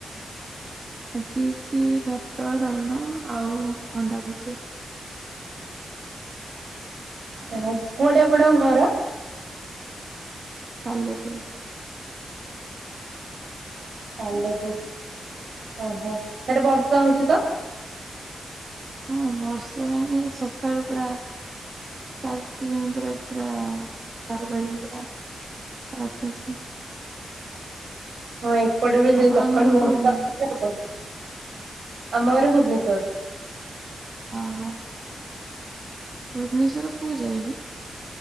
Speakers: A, on the right (about 35°); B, on the right (about 65°).
A: ଆଜିି ହେଇଚି ଭାତ, ଡାଲମା ଆଉ ଅଣ୍ଡା ଭୁଜିଆ।
B: ଆ କୁଆଡ଼େ ଆପଣଙ୍କ ଘର?
A: ସାଲେପୁର।
B: ସାଲେପୁର ଓହୋ ସ୍ୟାଡ଼େ ବର୍ଷା ହଉଚି ତ?
A: ହଁ ବର୍ଷା ମାନେ ସକାଳୁ ପୁରା ଚାଲଚି ଯେଁ ପୁର ପୁରା ଧାର ବାରିକି ପୁରା ରଖିଚି।
B: ହଁ ଏପଟେ ବି ସେଇ
A: ଆପଣଙ୍କ
B: ସକାଳୁ
A: ଘର
B: ବର୍ଷା
A: କୋଉଠି?
B: <unintelligible> ଅ ଅମ ଘର ଭୁବନେଶ୍ୱର।
A: ଅହ ଭୁବନେଶ୍ୱରର କୋଉ ଜାଗା କି?